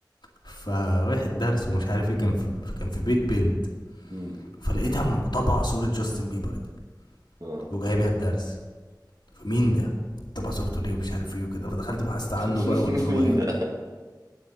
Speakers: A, on the left; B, on the right.
A: فرايح الدرس ومش عارف إيه كان في كان في بيت بنت
B: امم
A: فلقيتها مطبعة صورة جاستن بيبر دي
B: اه
A: وجايبها الدرس فمين ده؟ طبعا صورته ليه ومش عارف ايه وكده فدخلت بحثت عنه
B: <laughs>
A: بقى واللي هو
B: مين
A: ايه
B: ده